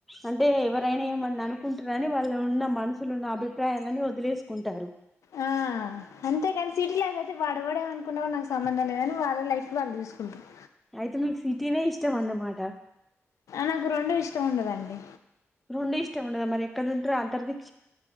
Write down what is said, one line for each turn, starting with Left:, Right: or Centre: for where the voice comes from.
Centre: అంటే ఎవరైనా ఏమన్న అనుకుంటారని వాళ్ళు ఉన్న మనసులోన్న అభిప్రాయాలని వదిలేసుకుంటారు
Left: ఆ అంతేకాని సిటీ లైఫ్ అయితే వాడ్ ఎవడేమ అనుకున్నా నాకు సంబంధం లేదని వాళ్ళ లైఫ్ వాళ్ళు చూసుకుంటారు
Centre: అయితే మీక్ సిటీనే ఇష్టం అన్నమాట
Left: నాకు రెండు ఇష్టం ఉండదండి
Centre: రెండు ఇష్టం ఉండదా మరి ఎక్కడ ఉంటరా అంతర్ది